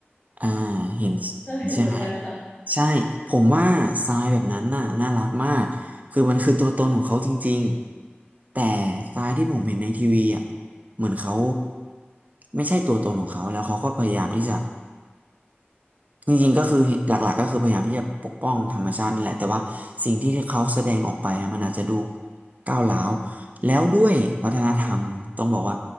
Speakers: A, on the right; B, on the left.
A: อ่าเห็นเห็นใช่ไหม
B: เออ <laughs> เห็นเหมือนกันค่ะ
A: ใช่ผมว่าทรายแบบนั้นน่ะน่ารักมากคือมันคือตัวตนของเขาจริงๆแต่ทรายที่ผมเห็นในทีวีอ่ะเหมือนเขาไม่ใช่ตัวตนของเขาแล้วเขาก็พยายามที่จะ จริงๆก็คือหลักๆก็คือพยายามที่จะปกป้องธรรมชาตินั่นแหละแต่ว่าสิ่งที่เขาแสดงออกไปอะมันอาจจะดูก้าวร้าวแล้วด้วยวัฒนธรรมต้องบอกว่า